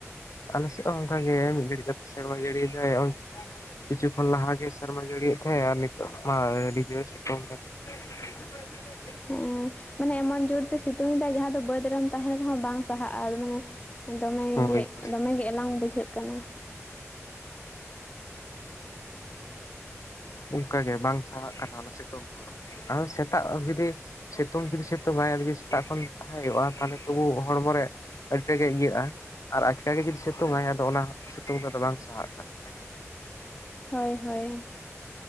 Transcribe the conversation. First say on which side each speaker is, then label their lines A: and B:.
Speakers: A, on the left (about 85°); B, on the left (about 25°).
A: ᱟᱞᱮᱥᱮᱫ ᱦᱚᱸ ᱚᱱᱠᱟ ᱜᱮ ᱢᱤᱫ ᱜᱷᱟᱹᱲᱤ ᱠᱟᱛᱮ ᱥᱮᱨᱢᱟ ᱡᱟᱹᱲᱤᱭᱮᱫᱟᱭ ᱠᱤᱪᱷᱩ ᱠᱷᱚᱱ ᱞᱟᱦᱟᱜᱮ ᱥᱮᱨᱢᱟ ᱡᱟᱹᱲᱤᱭᱮᱫ ᱛᱟᱦᱮᱸᱜ ᱟᱨ ᱱᱤᱛᱚᱜ ᱢᱟ ᱟᱰᱤ ᱡᱳᱨᱮ ᱥᱤᱛᱩᱝ ᱠᱟᱫᱟ᱾ <inaudible>
B: ᱦᱮᱸ᱾ ᱢᱟᱱᱮ ᱮᱢᱚᱱ ᱡᱳᱨᱛᱮ ᱥᱤᱛᱩᱝᱮᱫᱟᱭ ᱡᱟᱦᱟᱸ ᱫᱚ ᱵᱟᱹᱫᱽ ᱨᱮᱢ ᱛᱟᱦᱮᱱ ᱨᱮᱦᱚᱸ ᱵᱟᱝ ᱥᱟᱦᱟᱜᱼᱟ ᱢᱟᱱᱮᱼᱼ ᱫᱚᱢᱮᱜᱮ
A: ᱦᱳᱭ ᱦᱳᱭ
B: ᱫᱚᱢᱮᱜᱮ ᱮᱞᱟᱝ ᱵᱩᱡᱷᱟᱹᱜ ᱠᱟᱱᱟ᱾ <inaudible>
A: ᱚᱱᱠᱟᱜᱮ ᱵᱟᱝ ᱥᱟᱦᱟᱜ ᱠᱟᱱᱟ ᱚᱱᱟ ᱥᱤᱛᱩᱝ ᱠᱚ ᱟᱨ ᱥᱮᱛᱟᱜ ᱡᱩᱫᱤᱼᱼ ᱥᱤᱛᱩᱝ ᱡᱩᱫᱤ ᱥᱤᱛᱩᱝ ᱟᱭ ᱟᱫᱚ ᱡᱩᱫᱤ ᱥᱮᱛᱟᱜ ᱠᱷᱚᱱ ᱛᱟᱦᱮᱸ ᱦᱩᱭᱩᱜᱼᱟ ᱛᱟᱦᱚᱞᱮ ᱛᱚᱵᱩ ᱦᱚᱲᱢᱚ ᱨᱮᱼᱼ ᱟᱹᱰᱤᱛᱮᱫᱜᱮ ᱤᱭᱟᱹᱜᱼᱟ ᱟᱨ ᱟᱪᱠᱟ ᱜᱮ ᱡᱩᱫᱤ ᱥᱤᱛᱩᱝ ᱟᱭ ᱟᱫᱚ ᱚᱱᱟ ᱥᱤᱛᱩᱝ ᱫᱚ ᱟᱫᱚ ᱵᱟᱝ ᱥᱟᱦᱟᱜ ᱠᱟᱱᱟ᱾
B: ᱦᱳᱭ ᱦᱳᱭ᱾